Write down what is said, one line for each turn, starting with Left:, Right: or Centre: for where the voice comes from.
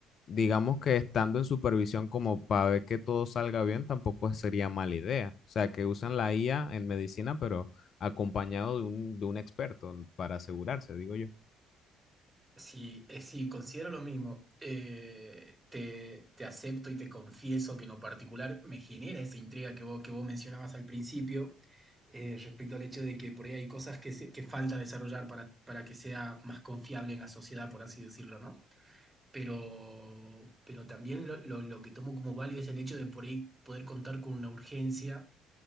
Left: digamos que estando en supervisión como para ver que todo salga bien, tampoco sería mala idea. O sea, que usan la IA en medicina, pero acompañado de un, de un experto para asegurarse, digo yo.
Right: Sí, eh, sí, considero lo mismo. Eh, te, te acepto y te confieso que en lo particular me genera esa intriga que vos, que vos mencionabas al principio, eh, respecto al hecho de que por ahí hay cosas que, se- que falta desarrollar para, para que sea más confiable en la sociedad, por así decirlo, ¿no? Pero, pero también lo, lo- lo que tomo como válido es el hecho de por ahí poder contar con una urgencia